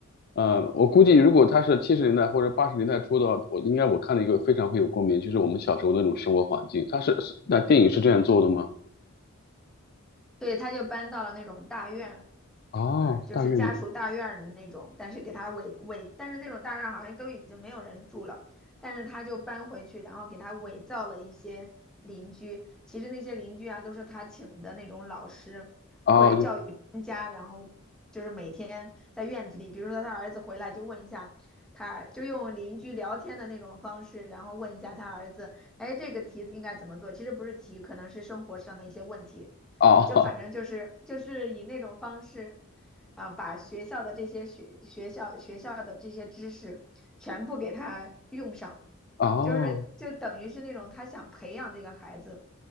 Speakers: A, on the left; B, in the centre.
A: 呃，我估计如果他是七十年代或者八十年代初的话，我应该我看了一个非常会有共鸣，就是我们小时候那种生活环境，他是是那电影是这样做的吗？
B: 对，他就搬到了那种大院儿，
A: 哦，
B: 嗯、就是家属大院儿的那种，
A: 大院里，
B: 但是给他伪伪，但是那种大院儿好像都已经没有人住了，但是他就搬回去，然后给他伪造了一些邻居，其实那些邻居啊都是他请的那种老师或者教育专家，
A: 哦就
B: 然后就是每天在院子里，比如说他儿子回来就问一下他，就用邻居聊天的那种方式，然后问一下他儿子，哎，这个题应该怎么做？其实不是题，可能是生活上的一些问题。
A: 哦
B: 就反正就是就是以那种方式啊，把学校的这些学学校学校的这些知识全部给他用上，
A: <laughs> 哦。
B: 就是就等于是那种他想培养这个孩子，